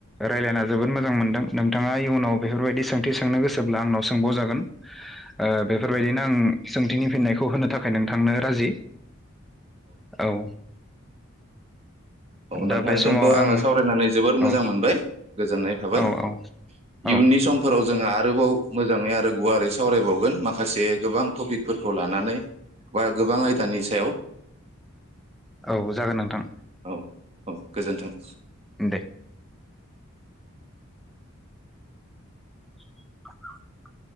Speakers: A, in the centre; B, on the right (about 30°).
A: रायलायना जोबोद मोजां मोनदों नोंथाङा इयुनाव बेफोरबायदि सोंथि सोंनो गोसोब्ला आंनाव सोंबावजागोन ओ बेफोरबायदिनो आं सोंथिनि फिननायखौ होनो थाखाय नोंथांनो राजि औ
B: औ नोंथांजोंबो
A: दा बे समाव
B: आङो
A: आं
B: सावरायनानै जोबोर मोजां
A: औ
B: मोनबाय गोजोननाय थाबाय
A: औ
B: इयुननि
A: औ
B: समफोर आव जोङो आरोबाव मोजाङै आरो गुवारै सावरायबावगोन माखासे गोबां टपिकफोरखौ लानानै बा गोबां आयदानि सायाव
A: औ जागोन नोंथां
B: औ औ गोजोन्थों।
A: ओम दे <inaudible>